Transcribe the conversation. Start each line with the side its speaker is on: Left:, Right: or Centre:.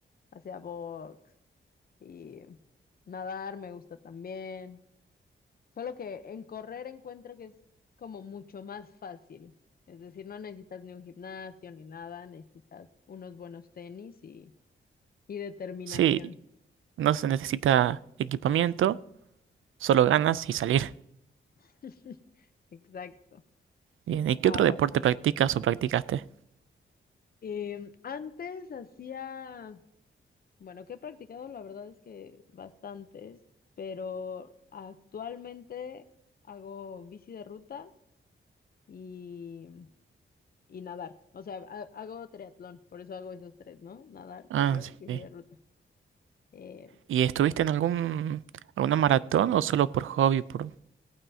Left: hacía box y nadar me gusta también. Solo que en correr encuentro que es como mucho más fácil. Es decir, no necesitas ni un gimnasio ni nada, necesitas unos buenos tenis y, y determinación.
Right: sí, no se necesita equipamiento, solo ganas y salir.
Left: <laughs> Exacto.
Right: Bien, ¿y qué
Left: Ah,
Right: otro deporte practicas o practicaste?
Left: em, antes hacía, bueno, que he practicado la verdad es que bastantes, pero actualmente hago bici de ruta y, y nadar. O sea, ha- hago triatlón, por eso hago esos tres, ¿no? Nadar,
Right: Ah,
Left: correr,
Right: sí.
Left: bici
Right: sí.
Left: de ruta. Eh,
Right: ¿Y estuviste en algún, alguna maratón o solo por hobby? Por...